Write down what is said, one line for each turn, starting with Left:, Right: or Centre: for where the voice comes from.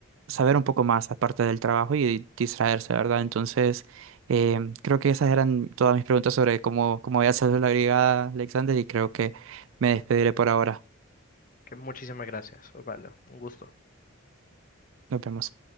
Right: saber un poco más aparte del trabajo y distraerse, ¿verdad? Entonces, em, creo que esas eran todas mis preguntas sobre cómo, cómo voy a hacer la brigada, Alexander, y creo que me despediré por ahora.
Left: Que muchísimas gracias, Osvaldo. Un gusto.
Right: Nos vemos.